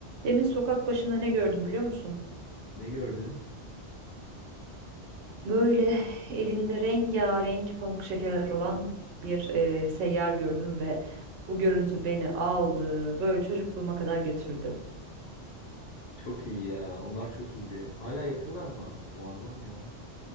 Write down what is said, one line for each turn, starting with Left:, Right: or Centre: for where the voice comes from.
Right: Demin sokak başında ne gördüm biliyor musun?
Left: Ne gördün?
Right: Böyle elinde rengarenk pamuk şekerler olan bir eee, seyyar gördüm ve bu görüntü beni aldı. Böyle çocukluğuma kadar götürdü.
Left: Çok iyi ya. Onlar çok iyiydi. Hala yapıyorlar mı? Muazzam ya.